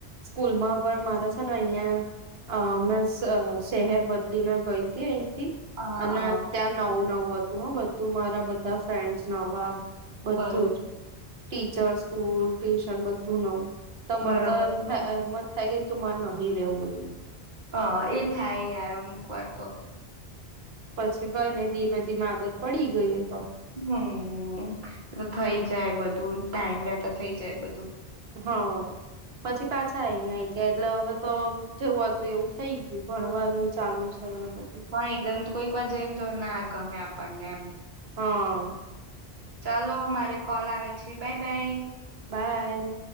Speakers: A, on the right; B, on the right.
A: સ્કૂલમાં પણ મારે છે ને અહિયાંયા મે શહેર બદલીને ગઈ હતી અ.
B: હા
A: અને
B: હા
A: ત્યા નવ નવ. તું હા બધું મારા બધા ફ્રેન્ડ નવા. બધું
B: બરોબર
A: જ ટીચર સ્કૂલ ટ્યુશન બધું નવું ત મને
B: બરાબર
A: તો એમ
B: છે
A: થાય થ કે એક મનહી રવઈ ને
B: હ એ થાય યાર અમુક વાર તો
A: પછી કઈ નને ધીમે ધીમે આદત પડી ગઈ તો
B: હમ એ થઇ જાય બધું ટાઈમ રહેતા થઇ જાય બધું
A: હ પછી પાછા આવીઈ આ ગયા એટલે હવે તો જેવું હતું એવું થઈ ગયું ભણવાનું ચાલુ છે અને બધું
B: પણ એકદમ કોઈક વાર જઈને તો ના ગમે આપણને એમ
A: હા
B: ચલોો મારે કોલ આવે છે બાય બાય
A: બાય